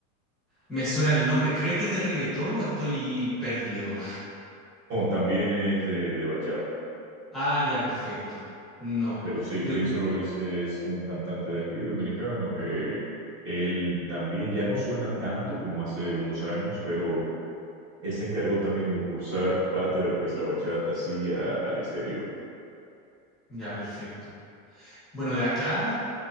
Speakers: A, in the centre; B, on the right.
A: Me suena el nombre, creo que es de reggaetón o estoy perdido.
B: No, también es de, de bachata.
A: Ah, ya, perfecto. No.
B: Pero sí,
A: Yo,
B: Prince Royce es un cantante de aquí, dominicano, que él también ya no suena tanto como hace unos años, pero él se encargó también de impulsar parte de lo que es la bachata, sí, a- al exterior.
A: ya, perfecto. Bueno, de acá,